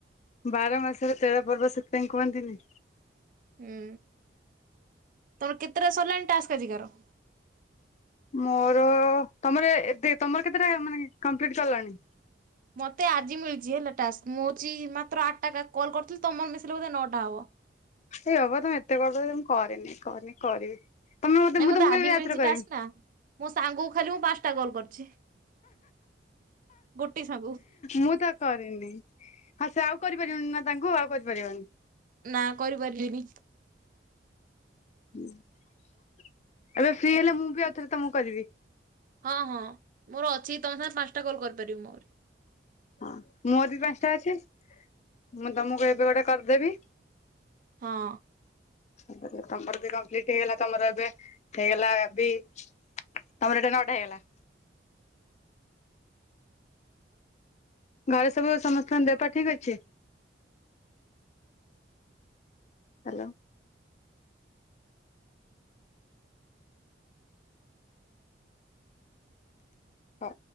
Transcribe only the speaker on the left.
ବାର ମାସରେ ତେର ପର୍ବ ସେଥିପାଇଁ କୁହନ୍ତିନି।
ମୋର ତମର ଏ-ଏତେ ତମର କେତେଟା ମାନେ କମ୍ପ୍ଲିଟ ସରିଲାଣି?
ଏ ବାପ ତମେ ଏତେ କରି ଦ‌ଉଚ ମୁଁ କରିନି କରିନି କରିବି। ତମେ ମତେ
ମୁଁ ତମକୁ
<unintelligible> ରାତିରେ
କରିବି।
ମୁଁ ତ କରିନି। ହଁ ସେ ଆଉ କରିପାରିବନି ନା ତାଙ୍କୁ ଆଉ କରିପାରିବନି।
ହୁଁ ଏବେ ଫ୍ରି ହେଲେ ମୁଁ ବି ଆଉ ଥରେ ତମକୁ କରିବି।
ହଁ ମୋର ବି ପାଞ୍ଚଟା ଅଛି। ମୁଁ ତମକୁ ଏବେ ଗୋଟେ କରିଦେବି।
<unintelligible> ତମର ବି କମ୍ପ୍ଲିଟ ହେଇଗଲା ତମର ଏବେ ହେଇଗଲା ବି ତମର ଏଇଟା ନଅଟା ହେଇଗଲା। ଘରେ ସବୁ ସମସ୍ତଙ୍କ ଦେହ ପା ଠିକ୍ ଅଛି। ହାଲୋ। ହଁ।